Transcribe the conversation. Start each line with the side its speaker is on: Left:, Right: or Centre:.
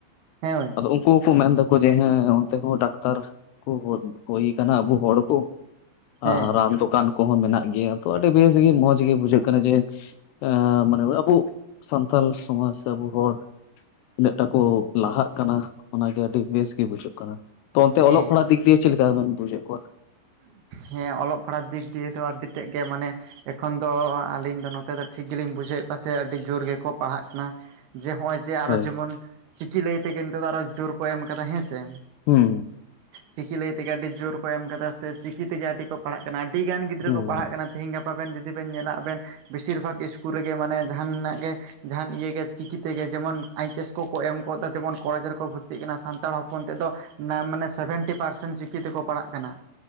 Right: ᱦᱮᱸ ᱦᱳᱭ
Left: ᱫᱚ ᱩᱱᱠᱩ ᱦᱚᱸᱠᱚ ᱢᱮᱱ ᱫᱟᱠᱚ ᱡᱮ ᱦᱮᱸ ᱚᱱᱛᱮ ᱦᱚᱸ ᱰᱟᱠᱛᱟᱨ <unintelligible> ᱦᱩᱭ ᱠᱟᱱᱟ ᱟᱵᱩ ᱦᱚᱲ ᱠᱩ
Right: ᱦᱮᱸ
Left: ᱟᱨ ᱨᱟᱱ ᱫᱚᱠᱟᱱ ᱠᱚᱦᱚᱸ ᱢᱮᱱᱟᱜ ᱜᱮᱭᱟ ᱛᱚ ᱟᱹᱰᱤ ᱵᱮᱥ ᱜᱮ ᱢᱚᱸᱡᱽ ᱜᱮ ᱵᱩᱡᱷᱟᱹᱜ ᱠᱟᱱᱟ ᱡᱮ, ᱮᱸᱻ ᱢᱟᱱᱮ ᱟᱵᱚ ᱥᱟᱱᱛᱟᱞ ᱥᱚᱢᱟᱡᱽ ᱥᱮ ᱟᱵᱚ ᱦᱚᱲ, ᱤᱱᱟᱹᱜ ᱴᱟᱠᱚ ᱞᱟᱦᱟᱜ ᱠᱟᱱᱟ ᱚᱱᱟᱜᱮ ᱟᱹᱰᱤ ᱵᱮᱥ ᱜᱮ ᱵᱩᱡᱷᱟᱹᱜ ᱠᱟᱱᱟ, ᱛᱚ ᱚᱱᱛᱮ
Right: ᱦᱮᱸ
Left: ᱚᱞᱚᱜ ᱯᱟᱲᱦᱟᱜ ᱫᱤᱠ ᱫᱤᱭᱮ ᱪᱮᱫ ᱞᱮᱠᱟ ᱵᱮᱱ ᱵᱩᱡᱮᱫ ᱠᱚᱣᱟ?
Right: ᱦᱮᱸ ᱚᱞᱚᱜ ᱯᱟᱲᱦᱟᱜ ᱫᱤᱠ ᱫᱤᱭᱮ ᱟᱹᱰᱤ ᱛᱮᱫ ᱜᱮ ᱢᱟᱱᱮ ᱮᱠᱷᱚᱱ ᱫᱚ ᱟᱹᱞᱤᱧ ᱫᱚ ᱱᱚᱛᱮ ᱫᱚ ᱴᱷᱤᱠ ᱜᱮᱞᱤᱧ ᱵᱩᱡᱷᱟᱹᱣᱮᱫ ᱠᱚᱣᱟ ᱥᱮ ᱟᱹᱰᱤ ᱡᱳᱨ ᱜᱮᱠᱚ ᱯᱟᱲᱦᱟᱜ ᱠᱟᱱᱟ ᱾ ᱡᱮ ᱦᱚᱸᱜᱼᱚᱭ ᱡᱮ ᱟᱨᱚ
Left: ᱦᱳᱭ
Right: ᱡᱮᱢᱚᱱ ᱪᱤᱠᱤ ᱞᱟᱹᱭ ᱛᱮᱜᱮ ᱱᱤᱛᱚᱜ ᱟᱨᱚ ᱡᱳᱨ ᱠᱚ ᱮᱢ ᱠᱟᱫᱟ ᱦᱮᱸᱥᱮ,
Left: ᱦᱩᱸ
Right: ᱪᱤᱠᱤ ᱞᱟᱹᱭ ᱛᱮᱜᱮ ᱟᱹᱰᱤ ᱡᱳᱨ ᱠᱚ ᱮᱢ ᱠᱟᱫᱟ ᱥᱮ ᱪᱤᱠᱤ ᱛᱮᱜᱮ ᱟᱹᱰᱤ ᱠᱚ ᱯᱟᱲᱦᱟᱜ ᱠᱟᱱᱟ ᱟᱹᱰᱤ ᱜᱟᱱ ᱜᱤᱫᱽᱨᱟᱹ
Left: ᱦᱩᱸ
Right: ᱠᱚ ᱯᱟᱲᱦᱟᱜ ᱠᱟᱱᱟ ᱾ ᱛᱤᱦᱤᱧ ᱜᱟᱯᱟ ᱵᱮᱱ ᱡᱩᱫᱤ ᱵᱮᱱ ᱧᱮᱞᱟ ᱟᱵᱮᱱ ᱵᱮᱥᱤᱨ ᱵᱷᱟᱜᱽ ᱤᱥᱠᱩᱞ ᱨᱮᱜᱮ ᱢᱟᱱᱮ ᱡᱟᱦᱟᱱᱟᱜ ᱜᱮ ᱡᱟᱦᱟᱱ ᱤᱭᱟᱹᱜᱮ ᱪᱤᱠᱤ ᱛᱮᱜᱮ ᱡᱮᱢᱚᱱ ᱟᱭᱤᱪ ᱮᱥ ᱠᱚᱠᱚ ᱮᱢ ᱜᱚᱫᱟ ᱡᱮᱢᱚᱱ ᱠᱚᱞᱮᱡᱽ ᱨᱮᱠᱚ ᱵᱷᱚᱨᱛᱤᱜ ᱠᱟᱱᱟ ᱥᱟᱱᱛᱟᱲ ᱦᱚᱯᱚᱱ ᱛᱮᱫᱚ ᱢᱟᱱᱮ ᱥᱮᱵᱷᱮᱱᱴᱤ ᱯᱟᱨᱥᱮᱱ ᱪᱤᱠᱤ ᱛᱮᱠᱚ ᱯᱟᱲᱟᱜ ᱠᱟᱱᱟ ᱾